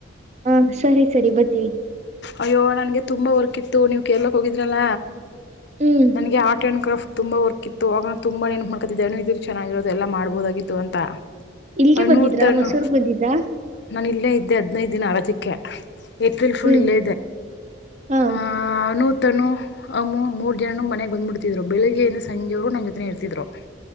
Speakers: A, on the right; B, on the left.
A: ಹಾ ಸರಿ ಸರಿ ಬರ್ತೀವಿ
B: ಅಯ್ಯೋ ನನ್ಗೆ ತುಂಬಾ ವರ್ಕ್ ಇತ್ತು ನೀವ್ ಕೇರ್ಲಕ್ ಹೋಗಿದ್ರಲ್ಲ
A: ಹ್ಮ್
B: ನನಗೆ ಆರ್ಟ್ ಆ್ಯಂಡ್ ಕ್ರಾಫ್ಟ್ ತುಂಬಾ ವರ್ಕ್ ಇತ್ತು ಆಾಗ ನ ತುಂಬಾ ನೇನ್ ಮಾಡ್ಕತಿದ್ದೆ ಅ ಇದ ಚೆನ್ನಾಗಿರೋದು ಎಲ್ಲಾ ಮಾಡ್ಬೋದಾಗಿತ್ತು ಅಂತ
A: ಇಲ್ಗೆ
B: ಅಣ್ಣು
A: ಬಂದಿದ್ರಾ
B: ತಣ್ಣು
A: ಹೊಸೂರ್ಗ್ ಬಂದಿದ್ರಾ
B: ನಾನು ಇಲ್ಲೇ ಇದ್ದೆ ಹದಿನೈದು ದಿನ ಅರಜಿಕಕ್ಕೆ ಏಪ್ರಿ ಫು
A: ಹ್ಮ್
B: ಇಲ್ಲ
A: ಹಾ
B: ಹ್ಮ ಅನೂತನು ಅಮ್ಮು ಮೂರು ಜನ ಮನೆಗೆ ಬಂದ್ಬಿಡ್ತಿದ್ರು ಬೆಳಿಗ್ಗೆಯಿಂದ ಸಂಜೆಯವರು ನನ್ನ ಜೊತೆ ಇರ್ತಿದ್ರು